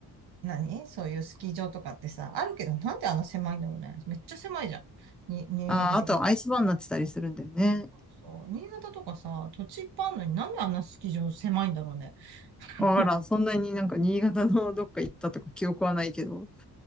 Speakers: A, on the right (about 70°); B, in the centre.
A: 何そういうスキー場とかってさ、あるけど、なんであんな狭いんだろうね。めっちゃ狭いじゃん。に、新潟とか結
B: ああ、あとはアイスバーンになってたりするんだよね。
A: 構そう。新潟とかさ、土地いっぱいあるのになんであんなスキー場狭いんだろうね。<laughs>
B: わからん。そんなになんか新潟のどっか行ったとか記憶はないけど。